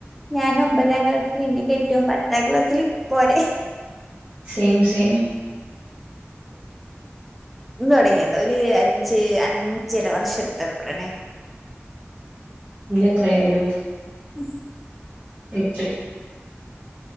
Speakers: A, in the centre; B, on the right.
A: ഞാൻ ഒമ്പതാം ക്ലാസ്സിൽ ഇൻ്റെ കെട്ട്യോൻ പത്താം ക്ലാസ്സിൽ പോരെ
B: സേം സേം
A: ഇന്ന് തുടങ്ങിയത ഒരു അഞ്ച് അഞ്ചര വർഷത്തെ പ്രണയ
B: ഇൻ്റെ എത്രയായറിയോ
A: ഉ <inaudible>
B: എട്ട്